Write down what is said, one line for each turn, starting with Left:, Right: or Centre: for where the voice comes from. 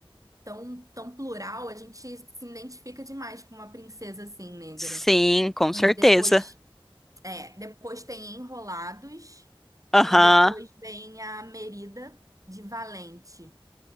Right: tão, tão plural, a gente se identifica demais com uma princesa assim, negra.
Centre: Sim, com
Right: E
Centre: certeza.
Right: depois É, depois tem Enrolados
Centre: Aham.
Right: e depois vem a Merida de Valente.